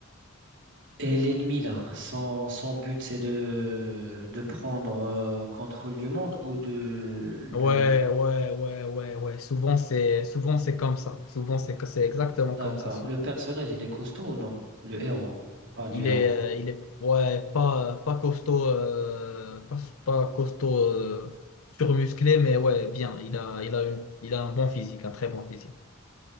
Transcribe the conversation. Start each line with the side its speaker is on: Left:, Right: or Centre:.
Right: Et l'ennemi là, son, son but c'est de, de prendre euh, contrôle du monde ou de, de...
Left: ouais. Ouais, ouais, ouais, ouais, ouais. ouais. Souvent, c'est souvent c'est comme ça. Souvent, c'est c'est exactement
Right: D'accord.
Left: comme ça.
Right: Le personnage, il est costaud ou non? Le héros. On parle du
Left: Il
Right: héros.
Left: est, euh, il est ouais, pas, pas costaud, euh, pas, pas costaud euh, surmusclé, mais ouais, bien. Il a, il a une, il a un bon physique, un très bon physique.